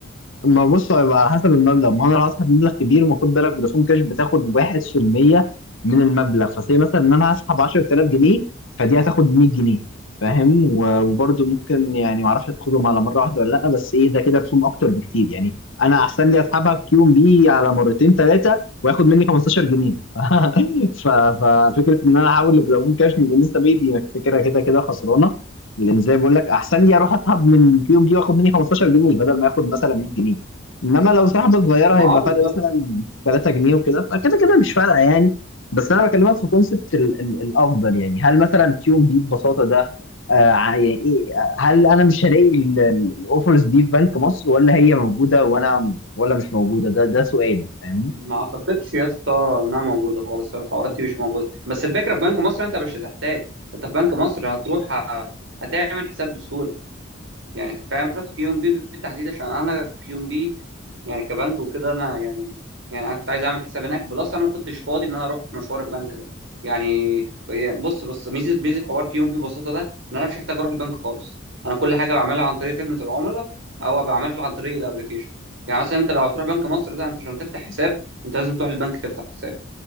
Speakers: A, on the left; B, on the right.
A: ما بص هيبقى على حسب المبلغ ما انا لو هسحب مبلغ كبير وخد بالك فودافون كاش بتاخد 1% من المبلغ فسي مثلا ان انا هسحب 10000 جنيه فدي هتاخد 100 جنيه فاهم و- وبرضه ممكن يعني ما اعرفش هتاخدهم على مره واحده ولا لا بس ايه ده كده رسوم اكتر بكتير يعني انا احسن لي اسحبها في كيو ام بي على مرتين ثلاثه واخد مني 15 جنيه <laughs> ف- ففكره ان انا احول لفودافون كاش من انستا باي دي فكره كده كده خسرانه لان زي بقول لك احسن لي اروح اسحب من الكيوب دي واخد مني 15 جنيه بدل ما اخد مثلا 100 جنيه انما لو سحبه صغيره
B: ما
A: هيبقى
B: اه بالظبط
A: فرق مثلا 3 جنيه وكده فكده كده مش فارقه يعني بس انا بكلمك في كونسبت الافضل يعني هل مثلا كيوب دي ببساطه ده آه ع- يعني ايه هل انا مش هلاقي الاوفرز دي في بنك مصر ولا هي موجوده وانا ولا مش موجوده ده ده سؤالي فاهمني
B: ما اعتقدش يا اسطى انها موجوده خالص الحوارات دي مش موجوده بس الفكره في بنك مصر انت مش هتحتاج انت في بنك مصر هتروح ه- هتعمل حساب بسهوله يعني فاهم رحت كيو ام بي بالتحديد عشان انا كيو ام بي يعني كبنك وكده انا يعني يعني انا كنت عايز اعمل حساب هناك بلس انا ما كنتش فاضي ان انا اروح مشوار البنك ده يعني يعني بص بص ميزه ميزه حوار كيون بي ببساطه ده ان انا مش محتاج اروح البنك خالص انا كل حاجه بعملها عن طريق خدمه العملاء او بعملها عن طريق الابلكيشن يعني مثلا انت لو هتروح بنك مصر ده انت عشان تفتح حساب انت لازم تروح البنك تفتح حساب